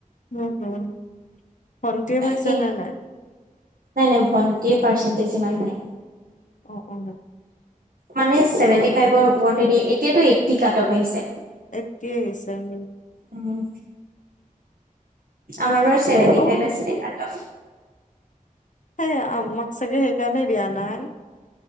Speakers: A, on the left; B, on the right.
A: উম হুম, ভটিয়ে পাইছে
B: কি
A: নে নাই?
B: নাই নাই ভণ্টিযৰ পাৰ্চেন্টেজ ইমান নাই।
A: অ অ।
B: মানে ছেভেনটি ফাইভৰ ওপৰতহে দিয়ে, এতিয়াতো এটী কাট অফ আহিছে।
A: তাকেই চাম।
B: উম। আমাৰ বাৰু ছেভেটি
A: অ
B: ফাইভ আছিল কাটফ।
A: সেই আমাক চাগে সেইকাৰণে দিয়া নাই,